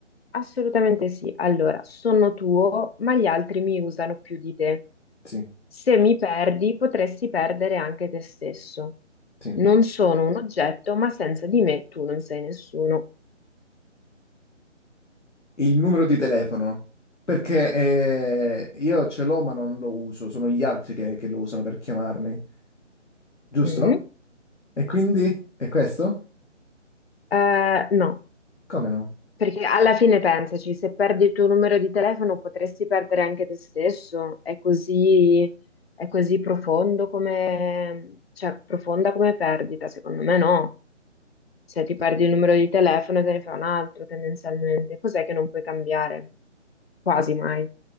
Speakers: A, on the left; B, on the left.
A: Assolutamente sì. Allora, sono tuo, ma gli altri mi usano più di te.
B: Sì,
A: Se mi perdi, potresti perdere anche te stesso.
B: sì.
A: Non sono un oggetto, ma senza di me tu non sei nessuno.
B: Il numero di telefono, perché eh, io ce l'ho ma non lo uso, sono gli altri che, che lo usano per chiamarmi, giusto?
A: Mm.
B: E quindi è questo?
A: Eh, no,
B: Come no?
A: perché alla fine pensaci, se perdi il tuo numero di telefono potresti perdere anche te stesso, è così, è così profondo come, cioè, profonda come perdita, secondo me no. Se ti perdi il numero di telefono te ne fai un altro tendenzialmente, cos'è che non puoi cambiare? Quasi mai.